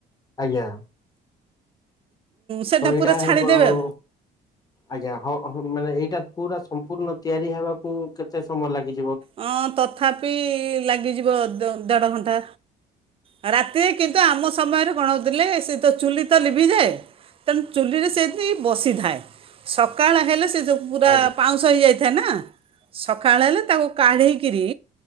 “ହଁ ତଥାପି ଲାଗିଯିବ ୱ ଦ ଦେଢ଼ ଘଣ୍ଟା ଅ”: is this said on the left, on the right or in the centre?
Right